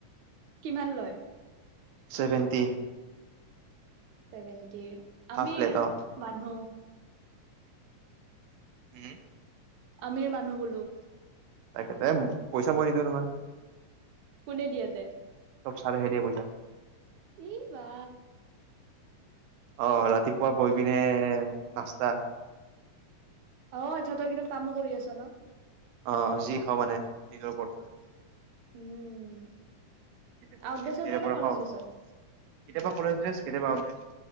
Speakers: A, on the right (about 70°); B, on the right (about 85°).
A: কিমান লয়
B: ছেভেণ্টি
A: ছেভেনটি আমি
B: প্লেট অ
A: মানুহ
B: উম
A: আমিৰ মানুহ বোলো
B: তাকেতে পইচা মই নিদিওঁ নহয়
A: কোনে দিয়াতে
B: চব চাৰে হে দিয়ে পইছা
A: এই বা
B: আহ ৰাতিপুৱা গৈ পিনে নাস্তা
A: অ আচ্ছা তই কিন্ত কামো কৰি আছ ন
B: আহ যি খাওঁ মানে নিজৰ ওপৰত খা
A: উম
B: কেতিয়াবা
A: আউট
B: মই
A: ড্ৰেছত
B: কাফেটেৰিয়া
A: জানে
B: পৰা
A: কলেজ
B: খাওঁ।
A: ড্ৰেছত
B: কেতিয়াবা কলেজ ড্ৰেছ কেতিয়াবা আউট ড্ৰেছ